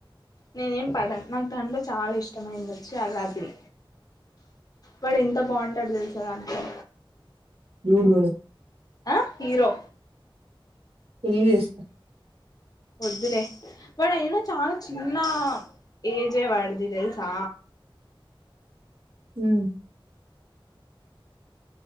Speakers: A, on the left; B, on the right.
A: నేనేం పడాను నాకు దాంట్లో చాలా ఇష్టమైంది వచ్చి అల్లాద్దీన్ వాడు ఎంత బాగుంటే టేడ తెల్సా దాంట్లో
B: చూడు చూడు
A: ఆ హీరో
B: పెళ్ళి చేస్కో
A: వద్దులే వాడైన చానా చిన్న ఏజే వాడిది తెలుసా
B: ఉమ్